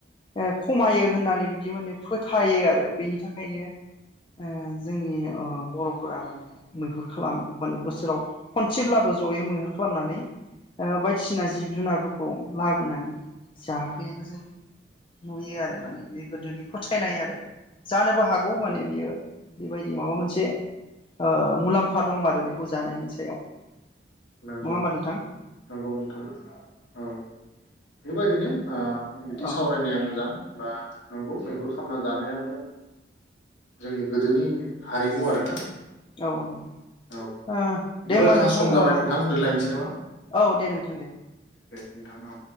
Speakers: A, on the left (about 30°); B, on the left (about 85°).
A: ओ खमायो होननानै बिदि माने फोथायो आरो बिनि थाखायनो ओ जोंनि अ बर'फोरा माने मैहुर खालाम माने बोसोराव खनसेब्लाबो जयै मैहुर खालामनानै ओ बायदिसिना जिब-जुनारफोरखौ लाबोनानै जाफैनाय। जों नुयो आरो माने बे गोदोनि फोथायनाय आरो जानोबो हा गौ माने बियो बेबायदि माबा मोनसे ओ मुलाम फा दंमारो बेखौ जानायनि सायाव
B: नोंगौ
A: नङा होमबा नोंथां
B: नोंगौ नोंथां औ बेबायदि नो ओ बिदि
A: औ
B: सावरायनाया मोजां बा नंगौ मैहुर खालामना जानायाबो जोंनि गोदोनि हारिमु आरोना।
A: औ नोंगौ
B: औ
A: ओ
B: बिदिबा
A: दे होमबा
B: जोंहा
A: नोंथां
B: सम जाबाय
A: औ
B: नोंथां दोनलायनोसै नामा
A: औ दे नोंथां दे
B: नोंथाङा